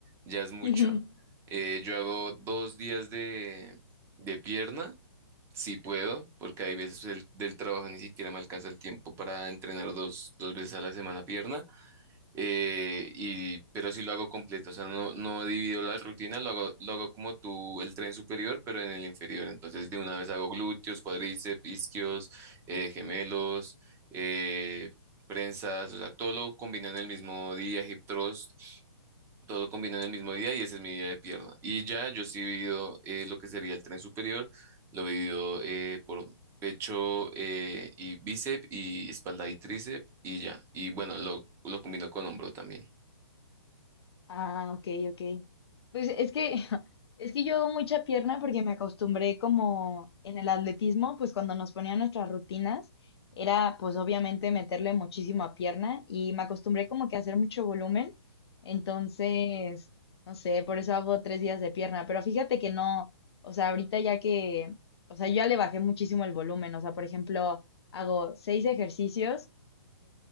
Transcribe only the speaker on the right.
ya es mucho.
Eh, yo hago dos días de, de pierna, si puedo, porque hay veces pues, el- del trabajo ni siquiera me alcanza el tiempo para entrenar dos, dos veces a la semana pierna eh, y, pero sí lo hago completo, o sea, no, no divido la rutina, lo hago, lo hago como tú, el tren superior, pero en el inferior. Entonces, de una vez hago glúteos, cuádriceps, isquios, eh, gemelos, eh, prensas, o sea, todo lo combino en el mismo día, hip thrust. Todo combina en el mismo día y ese es mi día de pierna. Y ya yo sí divido eh, lo que sería el tren superior, lo divido eh, por pecho eh, y bíceps y espalda y tríceps y ya. Y bueno, lo, lo combino con hombro también.